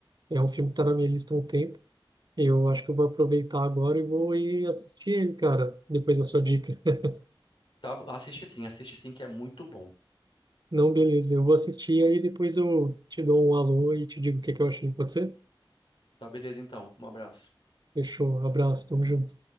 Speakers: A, on the right; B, on the left.
A: É um filme que tá na minha lista há um tempo. Eu acho que eu vou aproveitar agora e vou ir assistir ele, cara, depois da sua dica. <laughs>
B: Tá, bo- assiste sim, assiste sim, que é muito bom.
A: Não, beleza. Eu vou assistir aí depois eu te dou um alô e te digo o que que eu achei. Pode ser?
B: Tá, beleza, então. Um abraço.
A: Fechou. Abraço. Tamo junto.